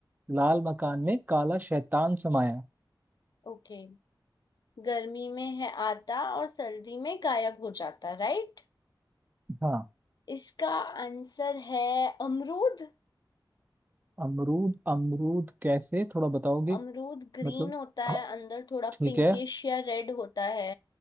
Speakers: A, on the right; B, on the left.
A: लाल मकान में काला शैतान समाया
B: ओके गर्मी में है आता और सर्दी में गायब हो जाता राइट
A: हाँ
B: इसका आंसर है अमरूद
A: अमरूद अमरूद कैसे थोड़ा बताओगे
B: अमरूद ग्रीन
A: मतलब
B: होता है
A: हाँ,
B: अंदर थोड़ा
A: ठीक
B: पिंकिश
A: है
B: या रेड होता है